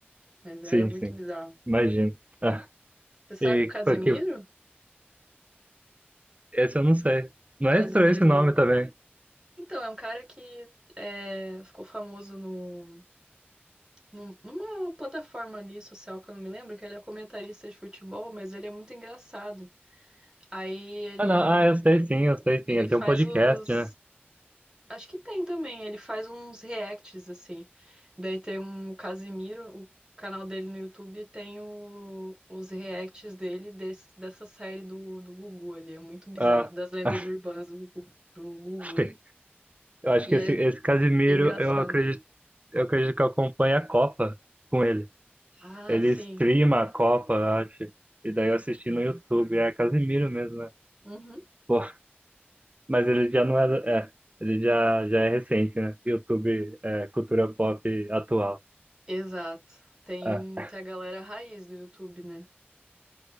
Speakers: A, on the right (about 15°); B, on the right (about 35°).
A: Mas era
B: sim,
A: muito
B: sim.
A: bizarro.
B: Imagino. Ah,
A: Você sabe
B: e
A: o Casemiro?
B: que, pa- que, esse eu não sei.
A: O
B: Não
A: Casemiro.
B: é estranho esse nome também.
A: Então, é um cara que é, ficou famoso no, no- numa plataforma ali social que eu não me lembro, que ele é comentarista de futebol, mas ele é muito engraçado. Aí ele,
B: Ah, não. Ah, eu sei sim, eu sei sim.
A: ele
B: Ele
A: faz
B: tem um podcast,
A: os.
B: né?
A: Acho que tem também, ele faz uns reacts, assim. Daí tem um Casimiro, o canal dele no YouTube tem o- os reacts dele desse- dessa série do, do Gugu ali. É muito bizarro,
B: Ah,
A: das lendas
B: <laughs>
A: urbanas do, Gugu- do Gugu.
B: sim. Eu acho que
A: E
B: esse,
A: é
B: esse Casimiro,
A: bem engraçado.
B: eu acredito, eu acredito que eu acompanho a Copa com ele.
A: Ah,
B: Ele
A: sim.
B: streama a Copa, eu acho. E daí eu assisti no YouTube. É Casimiro mesmo, né?
A: Uhum.
B: Pô, mas ele já não era. É, ele já, já é recente, né? YouTube, é, cultura pop atual.
A: Exato. Tem,
B: É,
A: tem a galera raiz do YouTube, né?